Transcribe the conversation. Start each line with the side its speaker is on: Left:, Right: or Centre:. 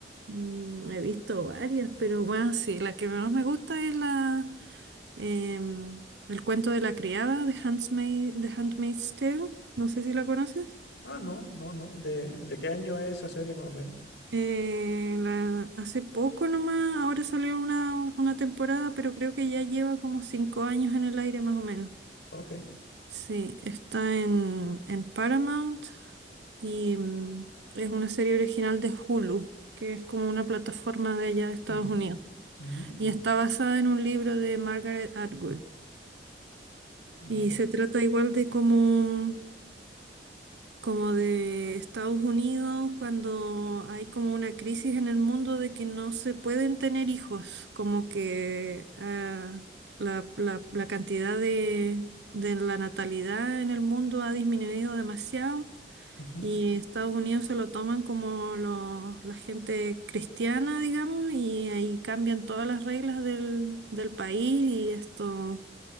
Right: Mm, he visto varias, pero bueno, sí, la que menos me gusta es la... em, El cuento de la criada de Handmaid, The Handmaid's Tale, no sé si la conoces.
Left: Ah, no, no, no. ¿De, de qué año es esa serie más o menos?
Right: Eh, la- hace poco nomás, ahora salió una, una temporada, pero creo que ya lleva como cinco años en el aire más o menos.
Left: Ok.
Right: Sí, está en, en Paramount y mm, es una serie original de Hulu, que es como una plataforma de allá de Estados
Left: Ujú,
Right: Unidos.
Left: ujú,
Right: Y está basada en un libro de Margaret Atwood.
Left: Vale.
Right: Y se trata igual de como como de Estados Unidos, cuando hay como una crisis en el mundo de que no se pueden tener hijos, como que ah, la, la- la cantidad de, de la natalidad en el mundo ha disminuido demasiado
Left: ujú.
Right: y Estados Unidos se lo toman como lo- la gente cristiana, digamos, y ahí cambian todas las reglas del, del país y esto